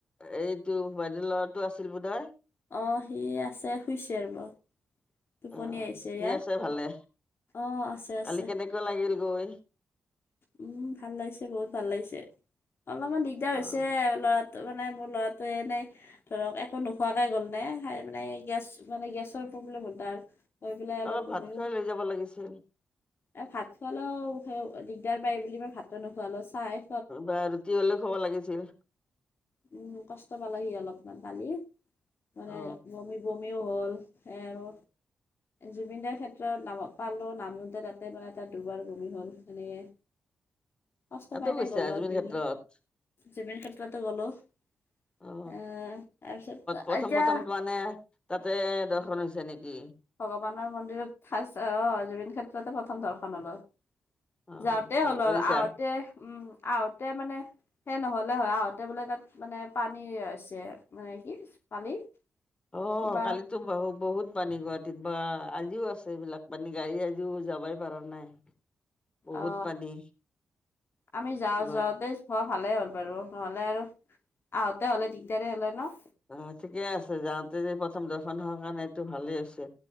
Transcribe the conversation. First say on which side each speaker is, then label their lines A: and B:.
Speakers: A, on the left; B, on the left.
A: এইটো বাইদেউ ল'ৰাটো আছিল বুধ হয়।
B: অ সি আছে শুইছে ৰব টোপনি
A: অ
B: আহিছে
A: ঠিক
B: ইয়াৰ
A: আছে ভালে
B: অ আছে
A: কালি
B: আছে
A: কেনেকুৱা লাগিল গৈ।
B: উম ভাল লাগিছে বহুত ভাল লাগিছে অলপমান দিগদাৰ হৈছে
A: অ
B: লৰা ত' মানে মোৰ ল'ৰাটোৱে এনেই ধৰক একো নোখোৱাকে গ'ল নে মানে গেছ মানে গেছৰ প্ৰব্লেম হ'ল তাৰ হৈ পেলাই
A: অলপ
B: বমিও
A: ভাত খোৱাই লৈ যাব লাগিছিল
B: এ ভাত খোৱালেও দিগদাৰ পাই বুলি মই ভাতটো নোখোৱালো চাই
A: বা ৰুটি হ'লেও খুওৱা ব লাগিছিল
B: উম কষ্ট পালে সি অলপমান কালি মানে
A: অ
B: বমি বমিও হ'ল সে আৰু জুবিনদাৰ ক্ষেত্ৰত নাম পালো নামোতে তাত মানে তাত দুবাৰ বমি হ'ল সেনেকে কষ্ট
A: তাতো
B: পাই
A: গৈছে
B: নাই গলত
A: আজমেৰ
B: ডিঙিত
A: ক্ষেত্ৰত
B: জুবিন ক্ষেত্ৰতে গলো আহ
A: অ
B: তাৰপিছত
A: প্ৰথম
B: এতিয়া
A: প্ৰথম মানে তাতে দৰ্শন হৈছে নেকি
B: ভগৱানৰ মন্দিৰত ফাৰ্ষ্ট অ জুবিন ক্ষেত্ৰতে প্ৰথম দৰ্শনৰ হলো
A: অ
B: যাওঁতে
A: ভাল
B: হ'ল
A: কৰিছা
B: আৰু আহোতে উম আহোঁতে মানে সেই নহলে হয় আহোঁতে বোলে তাত মানে পানী হৈছে মানে কি কালি
A: অ
B: কিবা
A: কালি বাহু বহুত পানী গুৱাহাটীত বা আজিও আছে এইবিলাক পানী গাড়ী আজিও যাবাই পাৰা নাই বহুত
B: অ
A: পানী
B: আমি যাওঁ
A: গুৱাহাটী
B: যাওঁতে খোৱা ভালেই হ'ল বাৰু নহ'লে আৰু আহঁতে হ'লে দিগদাৰ হ'লে ন
A: অ ঠিকে আছে যাওঁতে যে প্ৰথম দৰ্শন হোৱা কাৰণে এইটো ভালেই হৈছে।